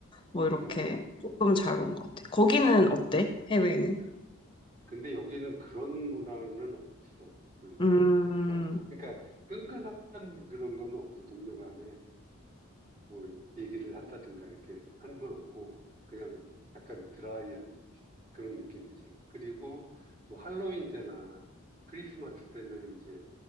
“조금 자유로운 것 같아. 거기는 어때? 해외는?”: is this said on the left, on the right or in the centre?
Left